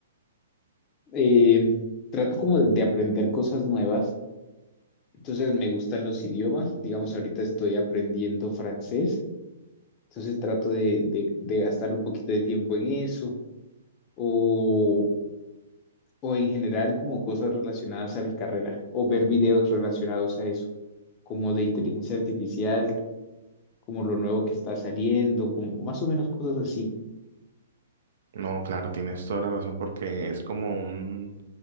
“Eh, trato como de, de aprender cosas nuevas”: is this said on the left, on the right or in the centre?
Left